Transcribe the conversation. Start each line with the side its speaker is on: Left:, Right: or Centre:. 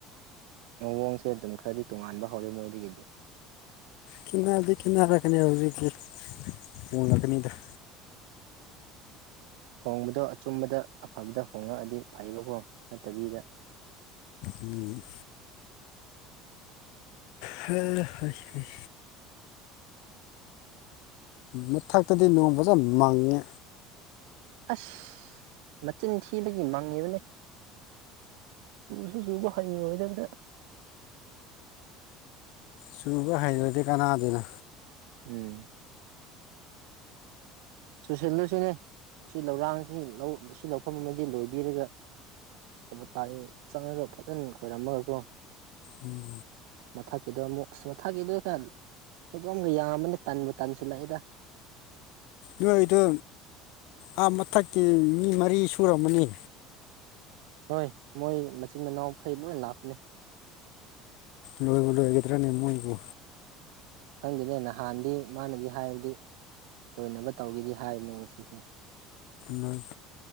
Right: ꯃꯑꯣꯡꯁꯦ ꯑꯗꯨꯝ ꯈꯔꯗꯤ ꯇꯣꯉꯥꯟꯕ ꯍꯧꯔꯦ ꯃꯣꯏꯗꯒꯤꯗꯤ
Left: ꯈꯦꯠꯅꯗꯤ ꯈꯦꯠꯅꯔꯛꯀꯅꯤ ꯍꯧꯖꯤꯛꯀꯤ ꯍꯣꯡꯂꯛꯀꯅꯤꯗ
Right: ꯍꯣꯡꯕꯗꯣ ꯑꯆꯨꯝꯕꯗ ꯑꯐꯕꯗ ꯍꯣꯡꯉꯛꯑꯗꯤ ꯐꯩꯕꯀꯣ ꯅꯠꯇꯕꯤꯗ
Left: ꯎꯝ ꯍ ꯍꯩ ꯍꯩ ꯃꯊꯛꯇꯗꯤ ꯅꯣꯡ ꯐꯖ ꯃꯪꯉꯦ
Right: ꯑꯁ ꯃꯆꯤꯟ ꯊꯤꯕꯒꯤ ꯃꯪꯉꯤꯕꯅꯦ ꯆꯨꯁꯨ ꯆꯨꯕ ꯍꯩꯔꯣꯏꯗꯕꯗ
Left: ꯆꯨꯕ ꯍꯩꯗ꯭ꯔꯗꯤ ꯀꯥꯟꯅꯗꯦꯅ
Right: ꯎꯝ ꯆꯨꯁꯤꯜꯂꯨꯁꯤꯅꯦ ꯁꯤ ꯂꯧꯔꯥꯡꯁꯤ ꯂꯧ ꯁꯤ ꯂꯧꯐꯝ ꯑꯃꯗꯤ ꯂꯣꯏꯕꯤꯔꯒ ꯀꯣꯕꯣꯇꯥ ꯏꯟ ꯆꯪꯉꯒ ꯐꯖꯅ ꯈꯣꯏꯔꯝꯃꯒꯀꯣ
Left: ꯎꯝ
Right: ꯃꯊꯛꯀꯤꯗꯣ ꯑꯃꯨꯛ ꯑꯁ ꯃꯊꯛꯀꯤꯗꯨꯅ ꯐꯩꯗꯣꯝꯒ ꯌꯥꯝꯕꯅꯤ ꯇꯟꯕꯨ ꯇꯟꯁꯤꯜꯂꯛꯑꯦꯗ
Left: ꯅꯣꯏꯒꯤꯗꯣ ꯑꯥ ꯃꯊꯛꯀꯤ ꯃꯤ ꯃꯔꯤ ꯁꯨꯔꯝꯃꯅꯤ
Right: ꯍꯣꯏ ꯃꯣꯏ ꯃꯆꯤꯟ ꯃꯅꯥꯎꯈꯩ ꯂꯣꯏ ꯂꯥꯛꯄꯅꯦ
Left: ꯂꯣꯏꯕꯨ ꯂꯣꯏꯒꯗ꯭ꯔꯅꯦ ꯃꯣꯏꯕꯨ
Right: ꯈꯪꯗꯦꯅꯦ ꯅꯍꯥꯟꯗꯤ ꯃꯥꯅꯗꯤ ꯍꯥꯏꯕꯗꯤ ꯂꯣꯏꯅꯕ ꯇꯧꯒꯦꯗꯤ ꯍꯥꯏꯕꯅꯦ ꯉꯁꯤꯁꯦ
Left: ꯂꯣꯏ